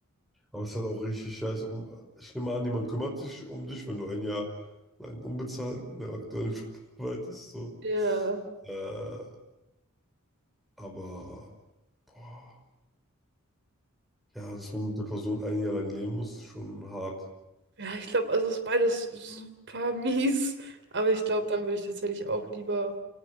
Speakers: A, in the centre; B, on the right (about 55°).
A: Aber es ist halt auch richtig scheiße. Um, ich nehme an, niemand kümmert sich um dich, wenn du ein Jahr lang unbezahlt in der aktuellen <laughs> Job arbeitest. So.
B: Ja.
A: Äh, aber, boah, ja, dass man mit der Person ein Jahr lang leben muss, ist schon hart.
B: Ja, ich glaube, also es ist beides super <laughs> mies. Aber ich glaube, dann würde ich tatsächlich auch lieber.